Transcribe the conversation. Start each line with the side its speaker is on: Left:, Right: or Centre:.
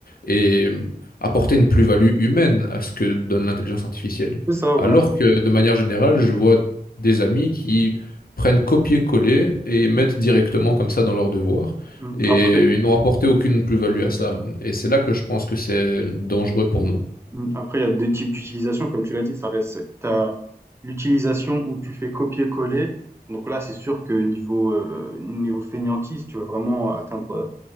Left: et apporter une plus-value humaine à ce que donne l'intelligence artificielle.
Right: C'est ça, ouais.
Left: Alors que de manière générale, je vois des amis qui prennent copier-coller et mettent directement comme ça dans leurs devoirs.
Right: Mm.
Left: Et
Right: Après,
Left: ils n'ont apporté aucune plus-value à cela. Et c'est là que je pense que c'est dangereux pour nous.
Right: Mm. Après, il y a deux types d'utilisation, comme tu l'as dit, ça reste, t'as l'utilisation où tu fais copier-coller. Donc là, c'est sûr que niveau, euh, niveau fainéantise, tu vas vraiment atteindre